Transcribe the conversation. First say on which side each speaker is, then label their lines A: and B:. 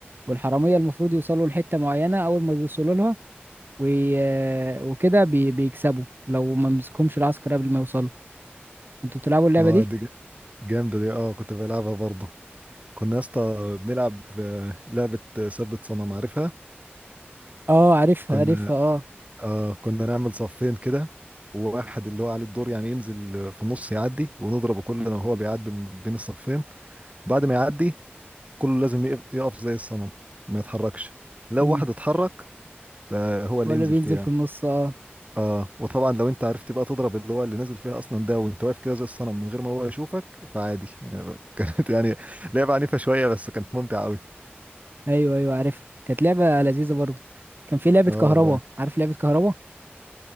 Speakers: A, on the right (about 55°); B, on the right (about 35°).
A: والحرامية المفروض يوصلوا لحتة معينة أول ما بيوصلوا لها وي- آه، وكده بي- بيكسبوا لو ما مسكهمش العسكر قبل ما يوصلوا انتوا بتلعبوا اللعبة
B: اه
A: دي
B: دي جا- جامدة دي اه كنت بلعبها برضه كنا يا اسطى بنلعب آه، لعبة ثبت صنم عارفها
A: اه عارفها
B: كنا
A: عارفها اه
B: اه كنا نعمل صفين كده وواحد اللي هو عليه الدور يعني ينزل آه، في النص يعدي ونضربه كل ما هو بيعدي من بين الصفين بعد ما يعدي كله لازم يقف يقف زي الصنم ما يتحركش لو
A: امم
B: واحد اتحرك ده هو اللي
A: هو اللي
B: ينزل
A: بينزل
B: فيها
A: في النص اه
B: اه وطبعا لو انت عرفت بقى تضرب اللي هو اللي نازل فيها اصلا ده وانت واقف كده زي الصنم من غير ما هو يشوفك فعادي آه، <laughs> كانت يعني لعبة عنيفة شوية بس كانت ممتعة قوي
A: ايوه ايوه عارفها كانت لعبة لذيذة برضو كان في لعبة
B: اه
A: كهربا
B: والله
A: عارف لعبة كهربا